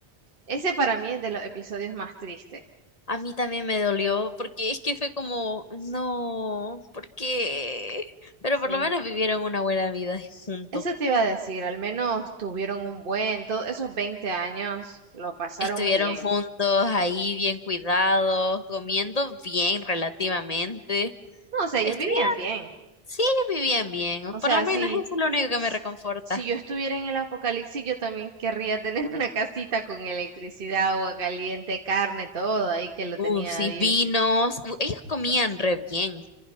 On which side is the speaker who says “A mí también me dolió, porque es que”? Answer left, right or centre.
Left